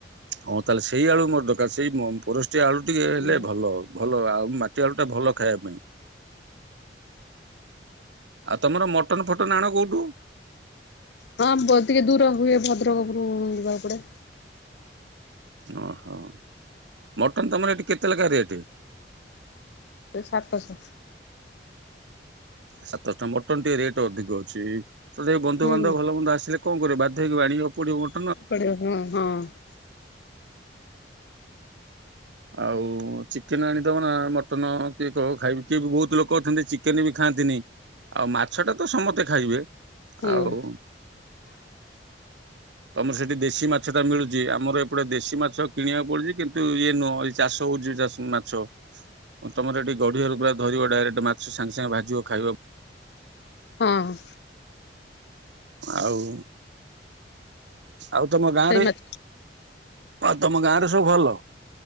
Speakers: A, on the right; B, on the left.
A: ହଁ ତାହେଲେ ସେଇ ଆଳୁ ମୋର ଦରକାର ସେଇ ପୋରଷ୍ଟିଆ ଆଳୁ ଟିକେ ହେଲେ
B: ହୁଁ।
A: ଭଲ ଆଉ। ଭଲ ଆଉ ମାଟିଆଳୁ ଟା ଭଲ ଖାଇବା ପାଇଁ। ଆଉ ତମର ମଟନ ଫଟନ ଆଣ କୋଉଠୁ।
B: ହଁ ବ ଟିକେ ଦୂର ହୁଏ ଭଦ୍ରକରୁ ଯିବାକୁ ପଡେ।
A: ଓହୋ ମଟନ୍ ତମର ଏଠି କେତେ ଲେଖା ରେଟ୍।
B: ଏ ସାତଶ।
A: ସାତଶହ ଟଙ୍କା ମଟନ ଟିକେ ରେଟ୍ ଅଧିକ ଅଛି ତ ସେ ବନ୍ଧୁବାନ୍ଧବ
B: ହୁଁ
A: ଭଲ ବନ୍ଦ ଆସିଲେ କଣ କର ବାଧ ହେଇକି ଆଣିିବାକୁ ପଡିବ ମ
B: <unintelligible> ହଁ
A: ଆଉ ଚିକେନ ଆଣିଦବ ନା ମଟନ କିଏ କ ଖାଇବି କିଏ ବି ବହୁତ ଲୋକ ଅଛନ୍ତି ଚି କେନି ବି ଖାଆନ୍ତିନି ଆଉ ମାଛ ଟା ତ ସମସ୍ତେ ଖାଇବେ
B: ହୁଁ
A: ଆଉ
B: <inaudible>
A: ତମର ସେଠି ଦେଶୀ ମାଛ ଟା ମିଳୁଛି ଆମର ଏପଟେ ଦେଶୀ ମାଛ କିଣିବାକୁ ପଡୁଛି କିନ୍ତୁ ଇଏ ନୁହଁ। ଚାଷ ହଉଛି ଚାଷ ମାଛ ତମର ଏଠି ଗଢିଆ ର ପୁରା ଧରିବ ଡାଇରେକ୍ଟ ମାଛ ସାଙ୍ଗେ ସାଙ୍ଗେ ଭାଜିବ ଖାଇବ।
B: ହଁ।
A: ଆଉ ଆଉ ତମ ଗାଁରେ
B: ସେଇ ମାଛ।
A: ହଁ ତମ ଗାଁ ରେ ସବୁ ଭଲ।